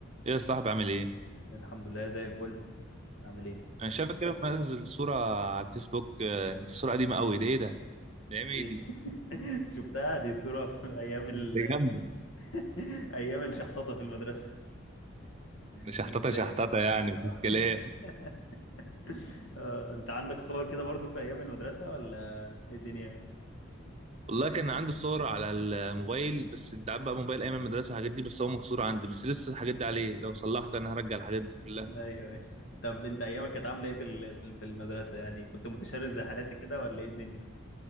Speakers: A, on the right; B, on the left.
A: ايه يا صاحبي عامل ايه؟
B: الحمد لله زي الفل عامل ايه
A: انا شايفك كده منزل صورة على الفيسبوك آه، انت صورة قديمة قوي ده ايه ده؟ ده ايام
B: دي
A: ايه دي؟
B: <laughs> أنت شفتها دي صورة في ايام ال...
A: ده جامدة
B: <laughs> ايام الشحططة في المدرسة في
A: ده شحططة
B: الابتدائي
A: شحططة يعني مفيش
B: آه.
A: كلام
B: <laughs> آه، انت عندك صور كده برضو في ايام المدرسة ولا ايه الدنيا
A: والله كان عندي صور على الموبايل بس انت عارف بقى موبايل ايام المدرسة الحاجات دي بس هو مكسور عندي بس لسه الحاجات دي عليه لو صلحت انا هرجع الحاجات دي كلها
B: ايوه ماشي طب انت ايامك كانت عاملة ايه في ال... في ال- في المدرسة يعني كنت متشرد زي حالاتي كده ولا ايه الدنيا